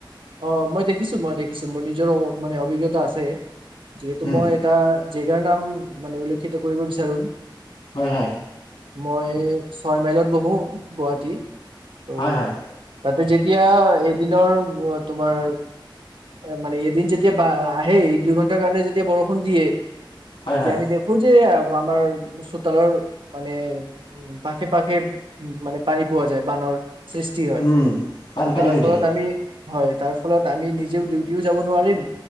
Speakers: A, on the right (about 75°); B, on the left (about 80°).
A: অ মই দেখিছো, মই দেখিছো মোৰ নিজৰো মানে অভিজ্ঞতা আছে। যিহেটো
B: উম
A: মই এটা জেগাৰ নাম মানে উল্লেখিত কৰিব বিচাৰো।
B: হয়, হয়।
A: মই ছয় মাইলত বহো, গুৱাহাটী। ত'
B: হয় হয়
A: তাতে যে তিয়া এদিনৰ গুৱ তোমাৰ মানে এদিন যেতিয়া বা আহে দুইঘন্টাৰ কাৰণে যেতিয়া বৰষুণ দিয়ে
B: হয়
A: তেতিয়া
B: হয়
A: আমি দেখো যে আ আমাৰ চোতালৰ মানে, উ পাশে পাশে উ মানে পানী পোৱা যায়, বানৰ। সৃষ্টি হয়,
B: উম বানপানী
A: তাৰ
B: হৈ
A: ফলত
B: যায়
A: আমি হয়, তাৰ ফলত আমি নিজেও ডিউটিও যাব নোৱাৰিম,